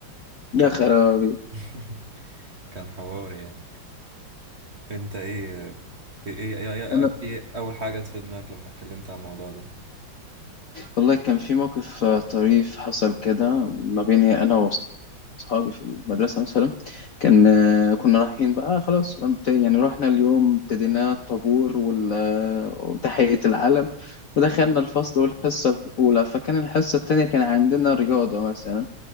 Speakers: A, on the right; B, on the left.
A: كان
B: يا خرابي
A: <laughs> كان حوار يعني انت ايه ايه ايه, ايه, ايه,
B: انا
A: ايه إيه اول حاجة جت في دماغك لما اتكلمت عن الموضوع ده
B: والله كان في موقف آه، طريف حصل كده ما بيني انا واصحابي في المدرسه مثلا كان آه، كنا رايحين بقى خلاص قمت- يعني رحنا اليوم ابتدينا الطابور وال- آه، وتحيه العلم ودخلنا الفصل والحصه الاولى فكان الحصه الثانيه كان عندنا رياضه مثلا